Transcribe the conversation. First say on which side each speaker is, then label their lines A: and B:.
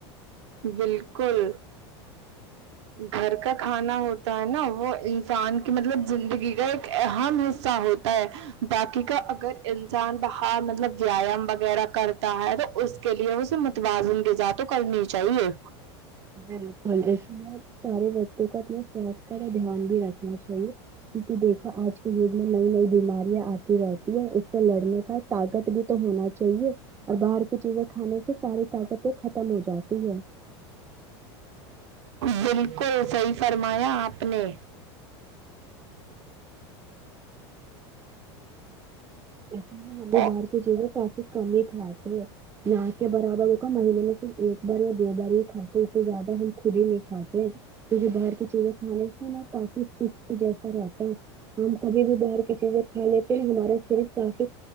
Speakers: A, on the right (about 80°); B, on the right (about 15°).
A: بالکل گھر کا کھانا ہوتا ہے نا وہ انسان کی مطلب زندگی کا ایک اہم حصہ ہو تا ہے باکی کا اگر انسان باہر مطلب ویایام وغیرہ کر تا ہے تو اس کے لیے اسے متوازن غذا تو کرنی چاہیے
B: بالکل اس لیے سارے بچوں کو اپنے صحت کا دھیان بھی رکھنا چاہیے کیونکی دیکھو آج کے یگ میں نئی نئی بیماریاں آتی رہتی ہے اس سے لڑنے کا طاقت بھی تو ہونا چاہیے اور باہر کی چیزیں کھانے سے ساری طاقتیں ختم ہو جاتی ہے
A: بالکل صحیح فرمایا آپ نے
B: ایسے میں ہم بھی
A: او-
B: باہر کی چیزیں کافی کم ہی کھاتے ہیں نا کے برابر مہینے میں صرف ایک بار یا دو بار یے کھاتے ہیں اس سے زیادہ ہو خود ہی نہیں کھاتے کیونکی باہر کی چیزیں کھانے سے نا کافی سست جیسا رہتا ہے ہم کبھی بھی باہر کی چیزیں کھا لیتے ہمارے شریر کافی